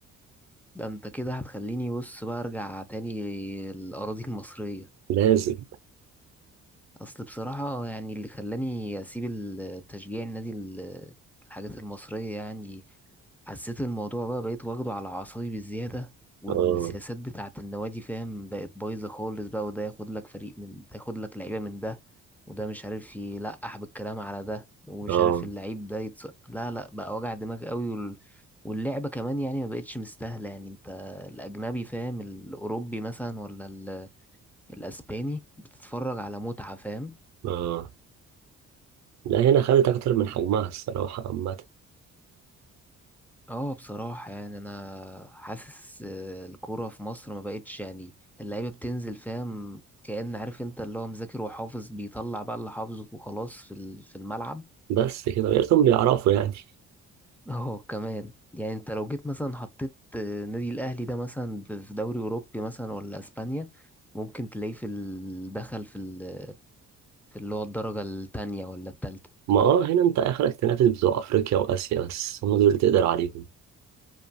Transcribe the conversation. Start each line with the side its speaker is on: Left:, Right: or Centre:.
Centre: ده انت كده هتخليني بص بقى ارجع تاني الاراضي المصريه
Right: لازم
Centre: اصل بصراحة يعني اللي خلاني اسيب التشجيع النادي ال- الحاجات المصرية يعني حسيت الموضوع بقى بقيت واخده على اعصابي بالزيادة والسياسات
Right: اه
Centre: بتاعة النوادي فاهم بقت بايظة خالص بقى وده ياخد لك فريق من ده ياخد لك لعيبة من ده وده مش عارف يلقح بالكلام على ده ومش
Right: اه
Centre: عارف اللعيب ده يتص... لا لا بقى وجع دماغ قوي وال... واللعبة كمان يعني ما بقتش مستاهلة يعني انت الأجنبي فاهم الأوروبي مثلا ولا ال- الأسباني بتتفرج على متعة فاهم
Right: آه. لا هنا خدت أكتر من حجمها الصراحة عامة
Centre: اه بصراحة يعني أنا حاسس آه، الكورة في مصر ما بقتش يعني اللعيبة بتنزل فاهم كأن عارف أنت اللي هو مذاكر وحافظ بيطلع بقى اللي حافظه وخلاص في ال- في الملعب
Right: بس كده غيرتهم بيعرفوا يعني
Centre: <laughs> اه كمان يعني أنت لو جيت مثلا حطيت آه، نادي الأهلي ده مثلا ب- في دوري أوروبي مثلا ولا أسبانيا ممكن تلاقيه في ال- دخل في ال- في اللي هو الدرجة التانية ولا التالتة
Right: ما اه هنا انت اخرك تنافس بتوع افريقيا واسيا بس هم دول اللي تقدر عليهم